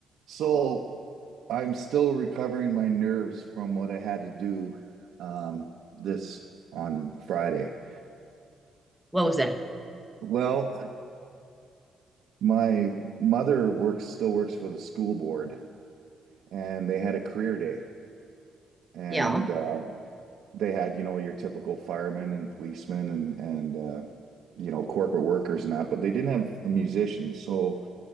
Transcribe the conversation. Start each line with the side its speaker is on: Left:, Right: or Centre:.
Right: So I'm still recovering my nerves from what I had to do um, this on Friday.
Centre: What was that?
Right: Well, my mother works still works for the school board, and they had a career day, and
Centre: Yeah. Well,
Right: uh, they had you know your typical firemen and policemen and and uh, you know corporate workers and that, but they didn't have a musician. So